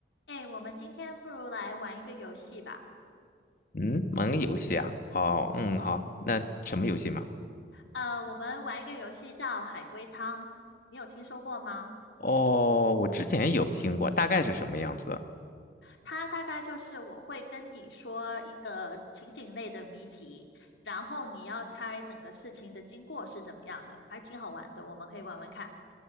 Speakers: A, on the left (about 80°); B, on the left (about 45°).
A: 哎，我们今天不如来玩一个游戏吧。
B: 嗯，玩个游戏啊，好，嗯，
A: 嗯，
B: 好，那什么游戏嘛？
A: 呃，我们玩一个游戏叫海龟汤，你有听说过吗？
B: 哦，我之前有听过，大概是什么样子？
A: 它大概就是我会跟你说一个情景类的谜题，然后你要猜整个事情的经过是怎么样的，还挺好玩的，我们可以玩玩看。